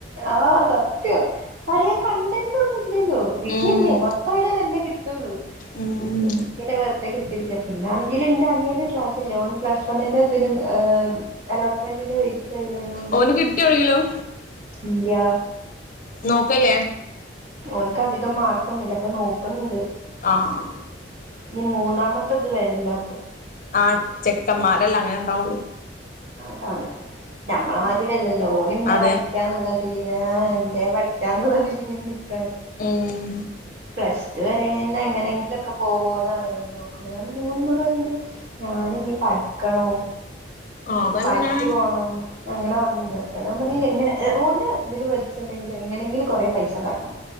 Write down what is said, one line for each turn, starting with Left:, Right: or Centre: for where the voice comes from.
Right: ആഹ് സത്യം പറയാൻ കണ്ട ല്ലല്ലോ വീട്ടിലല്ലേ
Left: ഉം
Right: പൊറത്തായാലല്ലേ എന്തേ കി ട്ടുള്ളു
Left: ഉം
Right: പിന്നെ ഇങ്ങനെ വെറ്തെ കുത്തിരി പിന്നാണെങ്കില് ന്റെ അനിയന് ക്ലാസ്സ്ല്ല ഓന് പ്ലസ് വണ്ണിന്റെ തിന് ഏഹ് അലോട്ട്മെൻറ്റിന് വെയ് ചെയ്നെനൊണ്ട്
Left: ഓന് കിട്ടിയോ എവിടെങ്കിലും
Right: ഇല്ല്യ
Left: നോക്കല്ലേ
Right: ഓന്ക്ക് അധികം മാർക്കൊന്നുല്ല അപ്പോ നോക്കണ് ണ്ട്
Left: ആഹ്
Right: ഇനി മൂന്നാമത്തത് വര്ല്ലോ
Left: ആ ചെക്കന്മാരെല്ലാം അങ്ങനെ ണ്ടാവുള്ളു
Right: ആഹ് ആണ് നമ്മളെ മാതിരിഅല്ലല്ലോ ഓന് പിന്നെ
Left: അതെ
Right: പഠിക്കാന്നുള്ളതില് ഇങ്ങനെ എന്താ പഠിക്കാന്നുള്ളതില് ഇങ്ങ ക്കാണ്
Left: ഉം
Right: പ്ലസ് റ്റു വരെ ന്നെ എങ്ങനെങ്കിലും ഒക്കെ പോവോ എന്നാണ് നോക്ക്ണ് <unintelligible> ഞാനിനി പഠിക്കണോ
Left: അതന്നെ
Right: പണിക്ക് പോണോന്ന് അങ്ങനെ പറഞ്ഞ്ണ്ട് ഞാ പറഞ്ഞ് ഇനി എങ്ങനെ ആഹ്‌ ഒണ്ട് ഇതില് വെച്ചുണ്ടെങ്കില് എങ്ങനെങ്കിലും കൊറെ പൈസ ഇണ്ടാക്കണം